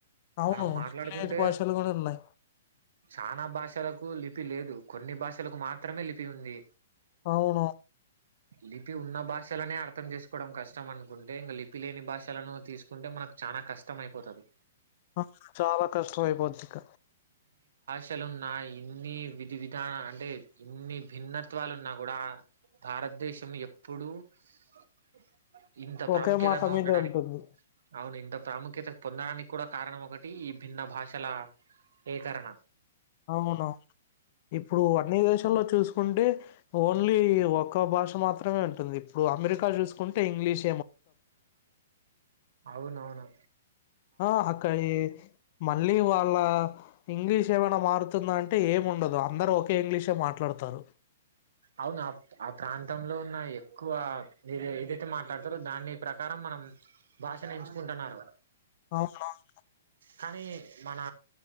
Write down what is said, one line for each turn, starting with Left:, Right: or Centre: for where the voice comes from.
Left: అవును
Right: మనం మాట్లాడుకుంటే
Left: లిపిలేని భాషలు కూడా ఉన్నాయి
Right: చనా భాషలకు లిపి లేదు. కొన్ని భాషలకు మాత్రమే లిపి ఉంది.
Left: అవును
Right: లిపి ఉన్న భాషలనేడ్ అర్థం చేసుకోవడం కష్టం అనుకుంటే ఇంకా లిపి లేని భాషలను తీసుకుంటే మనకు చానా కష్టం అయిపోతది.
Left: ఆ చాలా కష్టం అయిపోద్ది ఇక
Right: క్షలున్నా ఇన్ని విధి విధానా అంటే ఇన్ని భిన్నత్వాలున్నా కూడా భారతదేశం ఎప్పుడూ ఉ హ్ ఇంత ప్రాముఖ్యతంగా
Left: ఒకే మాట మీదే
Right: ఉండడానిక్.
Left: ఉంటుంది
Right: అవును ఇంత ప్రాముఖ్యత పొందడానికి కూడా కారణం ఒకటి ఈ భిన్న భాషల ఏకరణ.
Left: అవునవును ఇప్పుడు అన్ని దేశాల్లో చూసుకుంటే ఓన్లీ ఒక్క భాష మాత్రమే ఉంటుంది. ఇప్పుడు అమెరికా చూసుకుంటే ఇంగ్లీష్
Right: అవునవును.
Left: ఆ అక్కడి మళ్ళీ వాళ్ళ ఇంగ్లీష్ ఏమైనా మారుతుంద అంటే ఏం ఉండదు. అందరు ఒకే ఇంగ్లీషే మాట్లాడతారు.
Right: అవును ఆ ఆ ప్రాంతంలో ఉన్న ఎక్కువ ఏ ఏదైతే మాట్లాడతారో దాని ప్రకారం మనం భాషను ఎంచుకుంటున్నారు.
Left: అవునవును
Right: కానీ మన